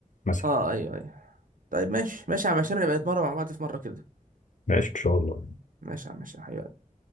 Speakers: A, on the left; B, on the right.
A: مثلا
B: اه ايوه ايوه طيب ماشي ماشي يا عم هشام نبقى نتمرن مع بعض في مره كده
A: ماشي إن شاء الله
B: ماشي يا عم هشام حبيبي